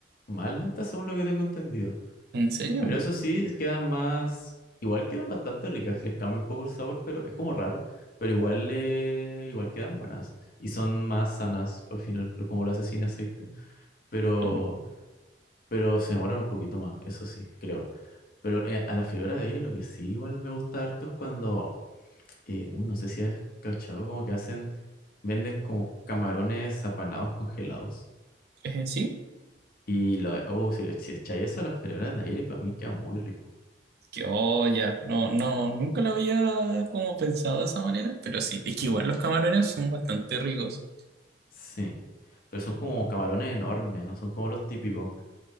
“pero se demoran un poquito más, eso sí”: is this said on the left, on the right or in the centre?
Left